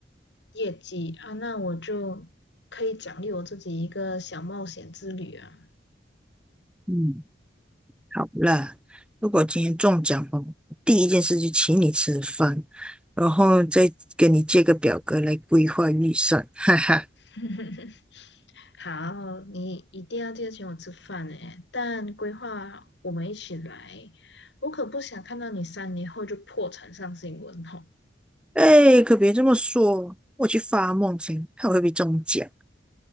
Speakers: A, on the left; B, in the centre.
A: 业绩啊，那我就可以奖励我自己一个小冒险之旅啊。
B: 嗯。好啦，如果今天中奖哦，第一件事就请你吃饭，然后再跟你借个表格来规划预算，哈哈。
A: <laughs> 好，你一定要记得请我吃饭诶，但规划我们一起来，我可不想看到你三年后就破产上新闻哦。
B: 哎，可别这么说，我去发梦先，看我会不会中奖。